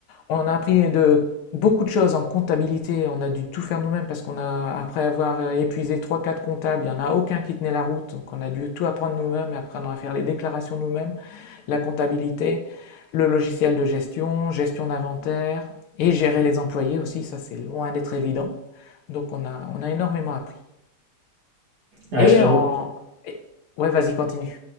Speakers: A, on the left; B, on the right.
A: On a appris de beaucoup de choses en comptabilité. On a dû tout faire nous-mêmes parce qu'on a, après avoir euh, épuisé trois, quatre comptables, il n'y en a aucun qui tenait la route. Donc on a dû tout apprendre nous-mêmes, apprendre à faire les déclarations nous-mêmes. la comptabilité, le logiciel de gestion, gestion d'inventaire et gérer les employés aussi, ça c'est loin d'être évident. Donc on a, on a énormément appris.
B: Ouais,
A: Et
B: je t'avoue
A: en... et- Ouais, vas-y, continue.